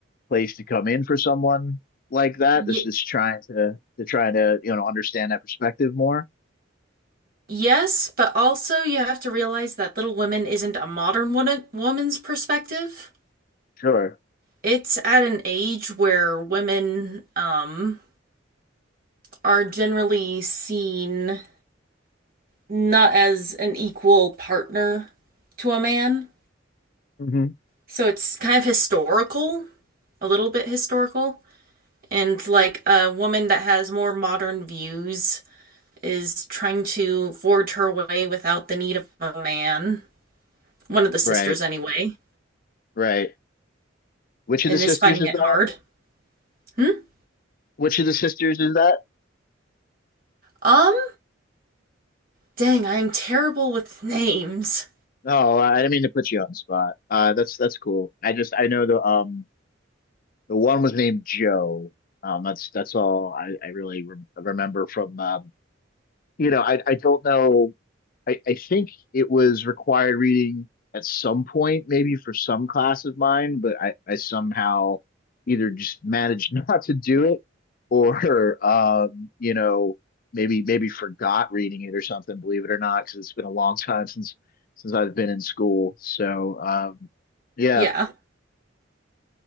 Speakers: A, on the left (about 45°); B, on the right (about 50°).
A: place to come in for someone like that
B: Y
A: that's just trying to to try to you know understand that perspective more.
B: yes, but also you have to realize that Little Women isn't a modern woman woman's perspective.
A: Sure.
B: It's at an age where women um are generally seen not as an equal partner to a man.
A: hmm
B: So it's kind of historical, a little bit historical, and like a woman that has more modern views is trying to forge her way without the need of a man. One of the sisters
A: Right.
B: anyway,
A: Right. Which of
B: and
A: the sisters
B: is finding
A: is
B: it
A: that?
B: hard. Hmm?
A: Which of the sisters is that?
B: Um, dang, I am terrible with names.
A: Oh, I didn't mean to put you on the spot. Uh, that's that's cool. I just I know the um the one was named Joe. Um, that's that's all I I really re remember from um you know I I don't know I, I think it was required reading at some point, maybe for some class of mine, but I, I somehow either just managed <laughs> not to do it or, um, you know, maybe maybe forgot reading it or something, believe it or not, because it's been a long <laughs> time since since I've been in school. So, um, yeah.
B: Yeah.